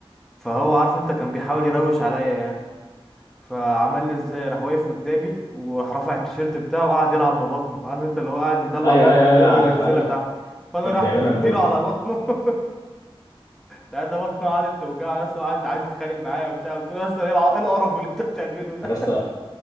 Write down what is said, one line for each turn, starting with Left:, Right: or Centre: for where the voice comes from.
Centre: فهو عارف انت كان بيحاول يروش عليا يعني فعمل لي ازاي راح واقف قدامي وراح رافع التيشيرت بتاعه وقعد يلعب ببطنه عارف انت اللي هو قاعد يطلع
Left: ايوه
Centre: بطني
Left: ايوه
Centre: فوق
Left: ايوه عارف
Centre: وينزلها
Left: عارف
Centre: تحت فانا
Left: كان
Centre: رحت
Left: بيعملها
Centre: مديله
Left: الموجه
Centre: على بطنه <laughs> ساعتها بطني قعدت توجع يا اسطى قعدت عايز تتخانق معايا وبتاع قلت له يا اسطى ايه الع- إيه القرف اللي انت بتعمله ده
Left: يا اسطى